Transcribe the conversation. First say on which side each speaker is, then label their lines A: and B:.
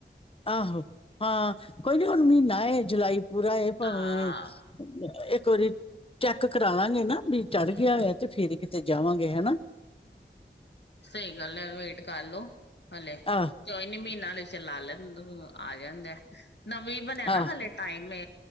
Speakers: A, on the left; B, on the left.
A: ਆਹੋ ਹਾਂ ਕੋਈ ਨੀ ਹੁਣ ਮਹੀਨਾ ਏ ਜੁਲਾਈ ਪੂਰਾ ਏ ਭਾਵੇਂ
B: ਹਾਂ
A: ਇੱਕ ਵਾਰੀ ਚੈੱਕ ਕਰਾ ਲਾਂਗੇ ਨਾ ਚੜ੍ਹ
B: ਹੂੰ
A: ਗਿਆ ਹੋਇਆ ਤੇ ਫੇਰ ਕਿਤੇ ਜਾਵਾਂਗੇ ਹੈਨਾ।
B: ਸਈ ਗੱਲ ਏ ਵੇਟ ਕਰਲੋ ਹਲੇ
A: ਆਹ
B: ਕੋਈ ਨੀ ਮਹੀਨਾ ਹਲੇ ਚਲਾ ਲੈ ਆ ਜਾਂਦਾ। ਨਵੀਂ ਬਣਿਆ ਨਾ
A: ਆਹ
B: ਹਾਲੇ ਟਾਈਮ ਏ